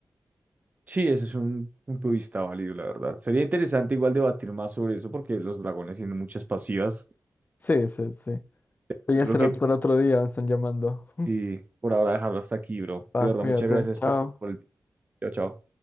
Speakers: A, on the right; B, on the left.
A: Sí, ese es un punto de vista válido, la verdad. Sería interesante igual debatir más sobre eso, porque los dragones tienen muchas pasivas.
B: Sí, sí, sí. Pero
A: Yo
B: ya
A: creo
B: será
A: que
B: para otro día, me están llamando.
A: Sí, por ahora dejarlo hasta aquí, bro.
B: Va,
A: De verdad,
B: cuídate,
A: muchas gracias
B: chao.
A: por el, por el... Chao, chao.